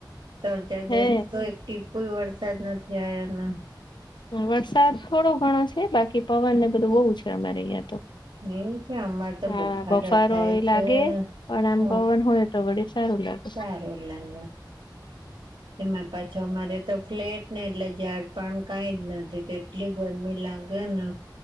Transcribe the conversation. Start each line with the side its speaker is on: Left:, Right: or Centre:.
Right: ત્રણ ચાર દિવસ
Left: હે
Right: તો એક ટીપુ વરસાદ નથી આયાન
Left: વરસાદ થોડો ઘણો છે, બાકી પવનને બધું બોવ છે, અમારે અહિયાં તો
Right: નેવું છે, અમારે તો
Left: હા
Right: બફાર
Left: બફારો
Right: થાય
Left: એ
Right: છે,
Left: લાગે પણ આમ
Right: હ
Left: પવન હોય તો વળી સારું લાગે
Right: સારું લાગ એમાં પાછો મારે તો ફ્લે ને એટલે ઝાડ પણ કાઈ જ નથી તે એટલી ગરમી લાગે ને